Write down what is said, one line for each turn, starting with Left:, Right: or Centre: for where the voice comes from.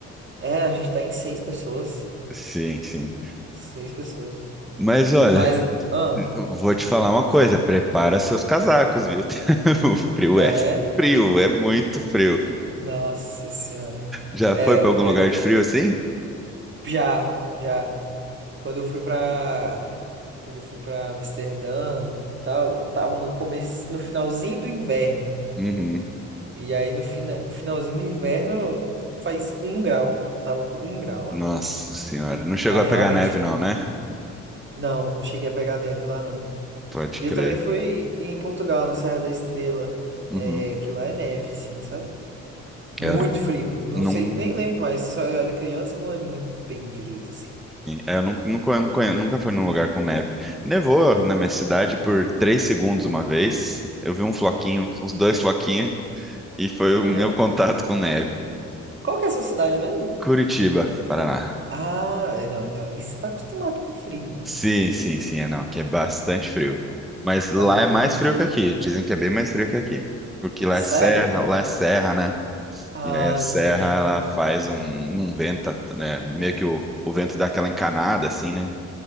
Right: É, a gente tá em seis pessoas.
Centre: Sim, sim.
Right: Seis pessoas.
Centre: Mas olha,
Right: Mas, ah,
Centre: eu vou te falar uma coisa, prepara seus casacos, viu? <laughs> O frio
Right: é.
Centre: é frio, é muito frio.
Right: Nossa Senhora.
Centre: Já
Right: É,
Centre: foi para algum lugar
Right: eu,
Centre: de frio assim?
Right: já, já. Quando eu fui pra. Quando eu fui pra Amsterdã e tal, tava no começo, no finalzinho do inverno.
Centre: Uhum.
Right: E aí no fina, finalzinho do inverno faz um grau. Tava com um grau lá.
Centre: Nossa senhora, não chegou
Right: Aí
Centre: a pegar
Right: realmente.
Centre: neve não, né?
Right: Não, não cheguei a pegar neve lá não.
Centre: Pode
Right: E
Centre: crer.
Right: eu também fui em Portugal, na Serra da Estrela. É,
Centre: Uhum.
Right: que lá é neve, sim, sabe? Muito
Centre: Eu
Right: frio. Não
Centre: não,
Right: sei,
Centre: sim.
Right: nem lembro mais. Só eu era criança, não lembro muito bem direito assim.
Centre: É, eu não, não conhe- não conhe- nunca fui num lugar com neve. Nevou na minha cidade por três segundos uma vez. Eu vi um floquinho, uns dois floquinhos, e foi
Right: É.
Centre: o meu contato com neve.
Right: Qual que é essa cidade mesmo?
Centre: Curitiba, Paraná.
Right: Ah, é, não, então aí você tá acostumado com frio, né?
Centre: Sim, sim, sim, é não, aqui é bastante frio. Mas lá
Right: Aí
Centre: é mais
Right: realmente
Centre: frio
Right: é
Centre: que
Right: frio.
Centre: aqui. Dizem que é bem mais frio que aqui. Porque lá
Right: Sério?
Centre: é serra, lá é serra, né?
Right: Ah,
Centre: E aí a serra,
Right: é verdade.
Centre: ela faz um, um vento, né? Meio que o, o vento dá aquela encanada, assim, né?